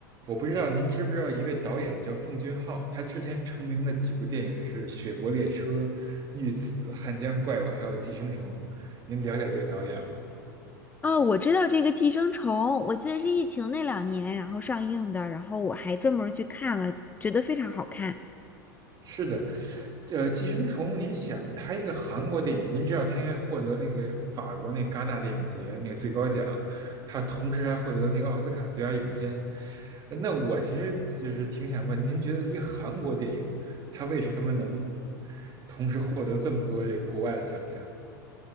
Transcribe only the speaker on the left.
哦，我知道这个《寄生虫》，我记得是疫情那两年然后上映的，然后我还专门儿去看了，觉得非常好看。